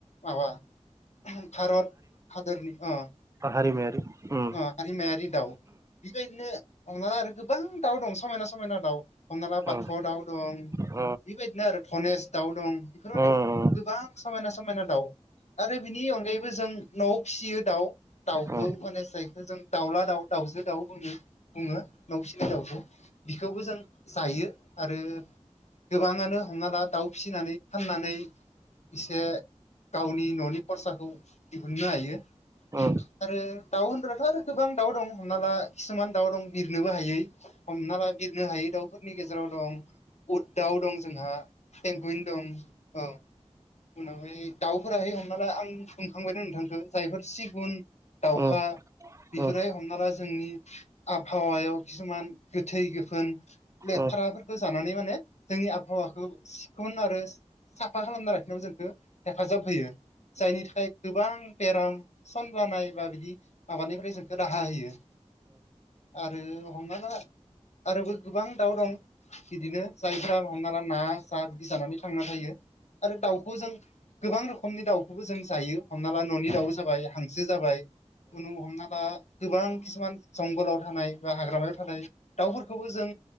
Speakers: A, on the left; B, on the right.
A: माबा। भारत हादरनि अ।
B: हारिमायारि ओम।
A: हारिमायारि दाउ बेबायदिनो हमनाला आरो गोबां दाउ दं समायना समायना दाउ हमना ला। बाथ'
B: अ
A: दाउ दं।
B: अ
A: बेबायदिनो आरो धनेस दाउ दं बेफोर माने
B: अ अ
A: गोबां समायना समायना दाउ। आरो बिनि अनगायैबो जों न'आव फिसियो दाउ। दाउखौ
B: अ
A: माने जायखौ जों दाउला दाउ दाउजो दाउ बुङो बुङो न'आव फिसिनाय दाउखौ। बिखौबो जों जायो। आरो गोबाङानो हमनाला दाउ फिसिनानै फाननानै इसे गावनि न'नि खरसाखौ दिहुननो हायो।
B: अ
A: आरो दाउ होनग्राथ' आरो गोबां दाउ दं हमना ला किसुमान दाउ दं बिरनोबो हायै। हमना ला बिरनो हायो दाउफोरनि गेज जेराव दं, उद दाउ दं जोंहा पेंगुइन दं औ। उनावहाय दाउफोराहाय हमना ला आं फुंखांबायदे नोंथांखौ जायफोर सिगुन दावखा।
B: अ
A: बिफोरो
B: अ
A: हमना ला जोंनि आबहावायाव खिसुमान गोथै गोफोन
B: अ
A: फाराफोरखौ जानानै माने जोंनि आबहावाखौ सिखन आरो साफा खालामना लाखिनायाव जोंखौ हेफाजाब होयो जायनि थाखाय गोबां बेराम सान बानायबा बिदि माबानिफ्राय जोंखौ राहा होयो। आरो हमना ला आरोबो गोबां दाउ दं। बिदिनो जायफ्रा हमना ला ना जा बिदि जानानै थांना थायो आरो दाउखौ जों गोबां रोखोमनि दाउखौबो जों जायो हमना ला न'नि दाउबो जाबाय, हांसो जाबाय। खुनु हमना ला गोबां खिसुमान जंगलाव थानाय बा हाग्रामायाव थानाय दाउफोरखौबो जों